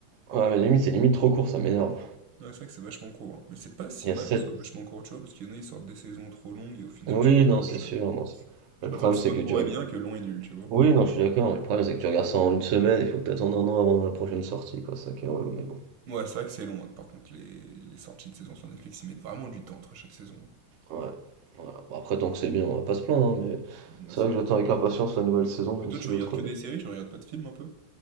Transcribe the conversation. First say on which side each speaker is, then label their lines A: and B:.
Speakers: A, on the right (about 65°); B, on the right (about 80°).
A: Ouais, mais limite, c'est limite trop court, ça m'énerve.
B: Ouais, c'est vrai que c'est vachement court, hein. Mais c'est pas si
A: Il
B: mal
A: y a 7.
B: que ce soit vachement court, tu vois, parce qu'il y en a, ils sortent des saisons trop longues, et au final,
A: Oui,
B: tu décroches.
A: non, c'est sûr.
B: euh.
A: non, c'est-
B: Je
A: Le
B: préfère
A: problème,
B: que ce
A: c'est
B: soit
A: que
B: court
A: tu,
B: et bien que long et nul, tu vois.
A: Oui, non, je suis d'accord. Le problème, c'est que tu regardes ça en une semaine, il faut que tu attendes un an avant la prochaine sortie, quoi. C'est ça qui est relou, mais bon.
B: Ouais, c'est vrai que c'est long, hein. Par contre, les... les sorties de saison sur Netflix, ils mettent vraiment du temps entre chaque saison.
A: Ouais. Voilà. Bon, après, tant que c'est bien, on va pas se plaindre, hein, mais
B: hein. Ouais,
A: c'est
B: c'est
A: vrai
B: vrai.
A: que j'attends avec impatience la nouvelle saison, même
B: Mais toi,
A: si
B: tu
A: l'autre.
B: regardes que
A: euh,
B: des séries, tu regardes pas de films un peu?